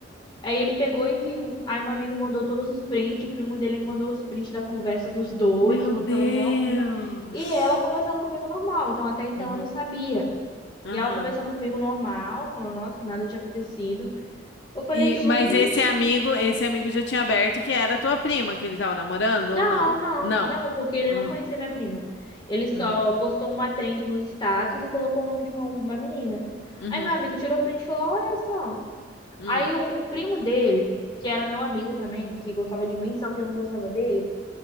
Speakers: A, on the left; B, on the left.
A: Aí ele pegou e viu. Aí meu amigo mandou todos os prints, o primo dele me mandou os prints da conversa dos dois,
B: Meu
A: falou
B: Deus.
A: que tava no maior clima. E ela conversando comigo normal, então até então
B: Uhum,
A: eu não sabia.
B: uhum.
A: E ela conversando comigo normal, falando, nossa, que nada tinha acontecido. Eu falei,
B: E,
A: gente,
B: mas esse amigo, esse amigo já tinha aberto que era tua prima que ele tava namorando
A: não,
B: ou não?
A: não,
B: Não.
A: não, porque ele
B: Uhum,
A: não conhecia minha prima. Ele só
B: uhum,
A: postou uma trend nos status e colocou o nome de uma, uma menina.
B: uhum,
A: Aí meu amigo tirou o print e falou, olha só,
B: uhum.
A: Aí o, o primo dele, que era meu amigo também, que gostava de mim, só que eu não gostava dele.